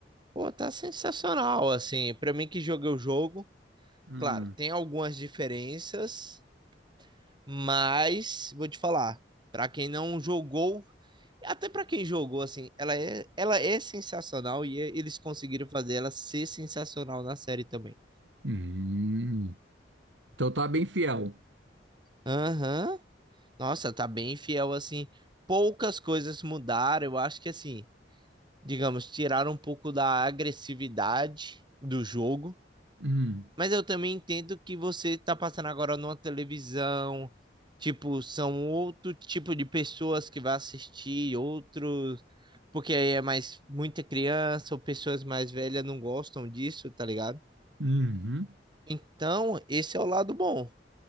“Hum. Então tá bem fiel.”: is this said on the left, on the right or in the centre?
Right